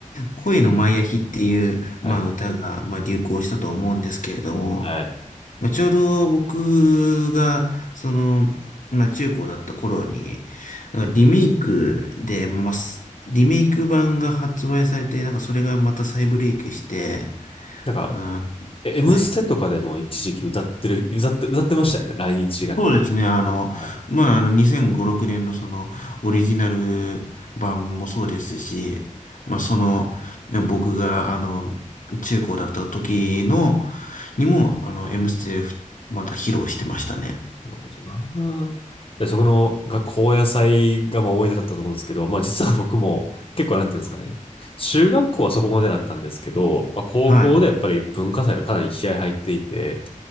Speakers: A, on the left; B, on the left.
A: 恋のマイアヒっていう、まあ、
B: <laughs> はい。
A: 歌が、まあ、流行したと思うんですけれども、
B: はい。
A: まあ、ちょうど僕が、その、まあ、中高だった頃に、なんかリメイクで、まあ、すリメイク版が発売されて、なんかそれがまた再ブレイクして、
B: なんか、
A: うん、
B: え M
A: はい。
B: ステとかでも一時期歌ってる、歌って、歌ってましたよね。来日がなんか。
A: そうですね。あの、
B: はい。
A: まあ、あの、2005、年のその、オリジナル版もそうですし、まあ、その、ね僕が、あの、中高だった時の、にも、あの、M ステでまた披露してましたね。
B: なるほどな。で、そこの学校野菜がまあ思い出だったと思うんですけど、まあ実は僕も結構なんていうんですかね。中学校はそこまでだったんですけど、まあ、高校でやっぱり文化祭がかなり気合入っていて、
A: はい。